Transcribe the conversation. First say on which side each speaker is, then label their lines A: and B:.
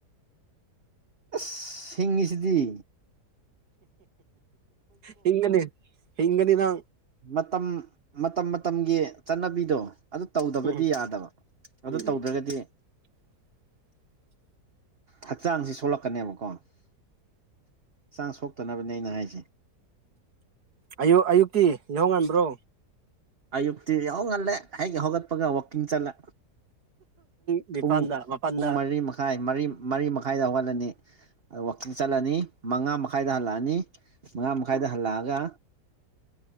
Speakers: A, on the right; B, on the right.
A: ꯑꯁ ꯍꯁꯤꯡꯉꯤꯁꯤꯗꯤ
B: ꯍꯒꯅꯤ ꯍꯒꯅꯤꯅ
A: ꯃꯇꯝ ꯃꯇꯝ ꯃꯇꯝꯒꯤ ꯆꯠꯅꯕꯤꯗꯣ ꯑꯗꯨ ꯇꯧꯗꯕꯗꯤ
B: ꯎꯝ
A: ꯌꯥꯗꯕ ꯑꯗꯨ
B: ꯎꯝ
A: ꯇꯧꯗ꯭ꯔꯒꯗꯤ
B: ꯎꯝ <unintelligible>
A: ꯍꯛꯆꯥꯡꯁꯤ ꯁꯣꯛꯂꯛꯀꯅꯦꯕꯀꯣ ꯍꯛꯆꯥꯡ ꯁꯣꯛꯇꯅꯕꯅꯦ ꯑꯩꯅ ꯍꯥꯏꯁ
B: ꯑꯌꯨꯛ ꯑꯌꯨꯛꯇꯤ ꯌꯥꯍꯧ ꯉꯝꯕ꯭ꯔꯣ
A: ꯑꯌꯛꯇ ꯇ ꯌꯉꯂꯦ ꯍꯦꯒ ꯍꯣꯠꯄꯒ ꯋꯥꯀꯤꯡ ꯆꯂ
B: ꯅꯤꯄꯥꯟꯗ
A: ꯄꯨꯡ
B: ꯃꯥꯄꯜꯗ
A: ꯄꯨꯡ ꯃꯔꯤ ꯃꯈꯥꯏ ꯃꯔꯤ ꯃꯔꯤ ꯃꯈꯥꯏꯗ ꯍꯧꯍꯜꯂꯅꯤ ꯋꯥꯋꯥꯛꯀꯤꯡ ꯆꯠꯂꯅꯤ ꯃꯉꯥ ꯃꯈꯥꯏꯗ ꯍꯜꯂꯛꯑꯅꯤ ꯃꯉꯥ ꯃꯈꯥꯏꯗ ꯍꯜꯂꯛꯑꯒ